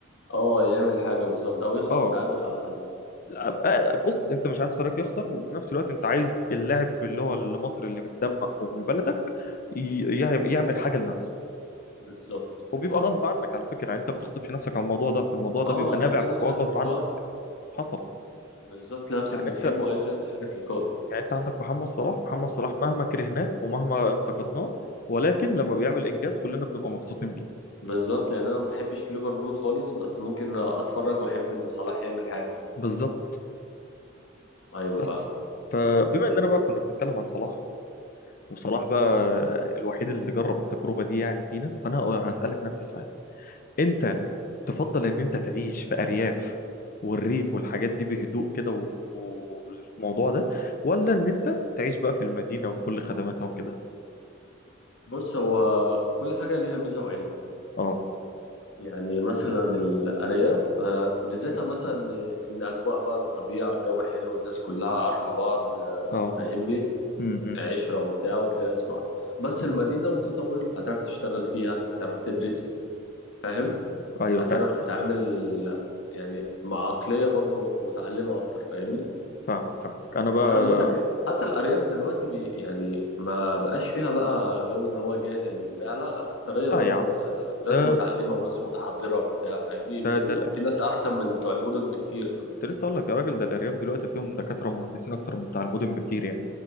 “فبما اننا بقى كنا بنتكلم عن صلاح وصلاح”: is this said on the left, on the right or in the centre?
Left